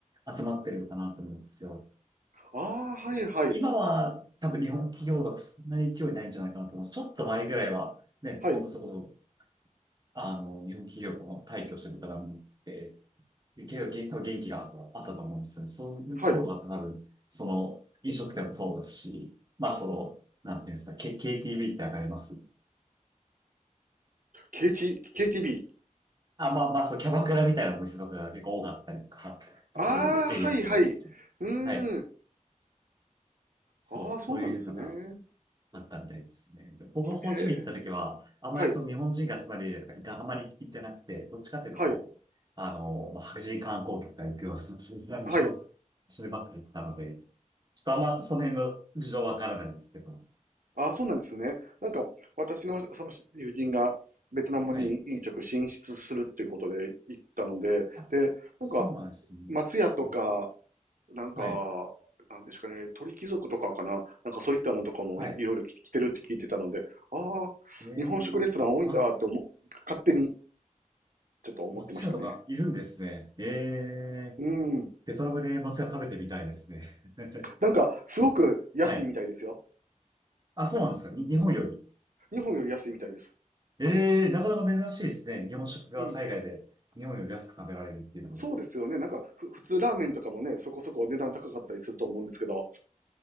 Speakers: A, on the right; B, on the right.
A: 集まってるのかなと思うんですよ。
B: ああ、はいはい。
A: 今は多分日本企業がそんなに勢いないんじゃないかなと思います。ちょっと前ぐらいはね、
B: はい。
A: ほんとそこそ、あの、日本企業がもう退去してベトナムに行って、結構元多分元気があったと思うんですよね。そういう頃とかって多分、
B: はい。
A: その飲食店もそうですし、まあその、なんていうんですか、K、KTV ってわかります
B: KT、KTB。
A: あ、まあまあ、そう、キャバクラみたいなお店とかが結構多かったりとか、
B: ああ、
A: そういうエリアって、
B: はいはい。うーん。
A: はい。そう、
B: ああ、そうなんですね。
A: そういうのがあったみたいですね。僕がホーチミン行った時は、
B: へえ。
A: あまりその日本人が集まるエリアとか行か、
B: はい。
A: あまり行ってなくて、どっちかっていうとこう、
B: はい。
A: あの、まあ、白人観光客が行くような、そういう感じの、
B: はい。
A: そればっかり行ったので、ちょっとあんまその辺の事情わからないんですけど。
B: ああ、そうなんですね。なんか、私のその友人がベトナムに飲食進出するっていうことで行ったので、
A: はい。あ、
B: で、なんか、
A: そうなんですね。
B: 松屋とか、
A: えー
B: なんか、
A: はい。
B: なんですかね、鳥貴族とかかな、なんかそういったのとかもいろいろ来てるって聞いてたので、
A: はい。
B: ああ、
A: えー、
B: 日本食レストラン多いんだって思う、
A: あ、まあ
B: 勝手にちょっと思ってましたね。
A: 松屋とかいるんですね。ええ
B: うん。
A: ベトナムで松屋食べてみたいですね。<laughs>
B: なんか、すごく安いみたいですよ。
A: はい。あ、そうなんですか。に、日本より。
B: 日本より安いみたいです。
A: ええなかなか珍しいですね。日本食が海外で日本より安く食べられるっていうのも。
B: うん。そうですよね。なんか、ふ普通ラーメンとかもね、そこそこ値段高かったりすると思うんですけど、